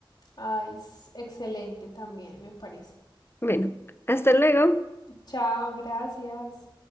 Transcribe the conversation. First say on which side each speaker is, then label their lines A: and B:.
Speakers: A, on the left (about 50°); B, on the left (about 25°).
A: Ay, es excelente también, me parece.
B: Bueno, hasta luego.
A: Chao, gracias.